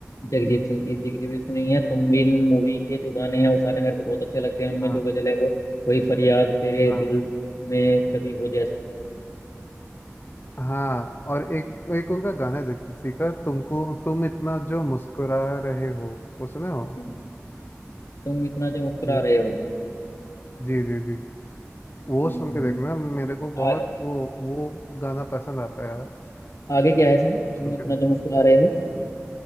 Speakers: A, on the left; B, on the left.
A: जगजीत सिंह की जी की भी सुनी है तुम बिन मूवी के जो गाने हैं वो सारे मेरे को बहुत अच्छे लगते हैं उनमें
B: हाँ
A: जो गजल है वो कोई फरियाद तेरे
B: हाँ
A: दिल में दबी हो जैसे
B: हाँ और एक एक उनका गाना है जगजीत जी का तुमको तुम इतना जो मुस्कुरा रहे हो वो सुने हो
A: हम्म, तुम इतना जो मुस्कुरा
B: वो
A: रहे हो
B: जी जी जी वो
A: हम्म,
B: सुन के देखना मेरे को
A: आ,
B: बहुत वो वो गाना पसंद आता है
A: आगे क्या है इसमें तुम
B: सुनकर
A: इतना जो मुस्कुरा रहे हो